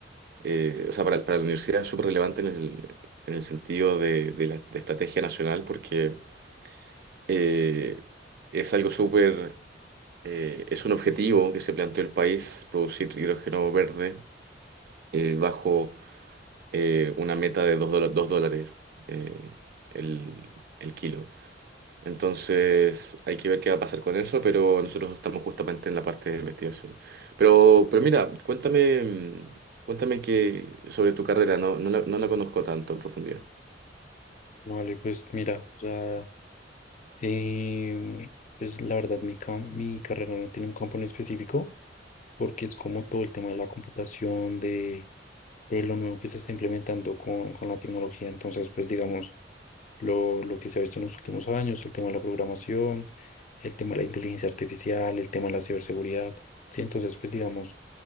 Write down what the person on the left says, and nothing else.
Vale, pues mira, ya, em, pues la verdad, mi, cam- mi carrera no tiene un campo en específico porque es como todo el tema de la computación, de, de lo nuevo que se está implementando con, con la tecnología. Entonces, pues digamos, lo, lo que se ha visto en los últimos años, el tema de la programación, el tema de la inteligencia artificial, el tema de la ciberseguridad. Sí, entonces, pues digamos,